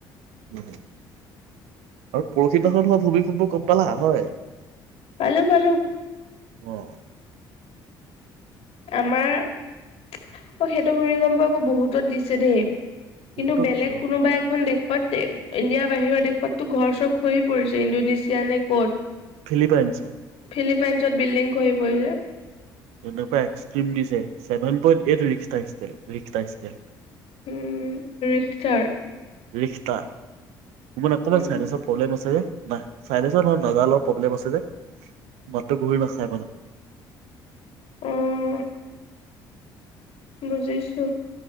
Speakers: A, on the right; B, on the left.
A: উম হু আৰু পৰহিদিখন হোৱা ভূমকম্প গম পালা হয়
B: পালো পালো
A: আহ
B: আমাৰ অ সেইটো ভূমিকম্প আকৌ বহুত ত দিছে দেই কিন্তু
A: বহুতো
B: বেলেগ
A: দিছে অ',
B: কোনোবা এখন দেশ ত ইণ্ডিয়া বাহিৰৰ দেশত টো ঘৰ চৰ খহি পৰিছে ইণ্ডোনেছিয়া নে ক'ত
A: ফিলিপাইনছ
B: ফিলিপইনছত বিল্ডিং হৰি পৰিছে
A: এনেকুৱা দিছে seven point eight Richter scale Richter scale
B: উম ৰিখটাৰ
A: ৰিখটা মোৰ মনে অকমান
B: উম
A: ছাইনাছৰ প্ৰব্লেম আছে যে নাই ছাইনাছৰ নহয় নাজালৰ অলপ প্ৰব্লেম আছে যে মাতটো ঘূৰি নাখাই মানে
B: উম বুজিছো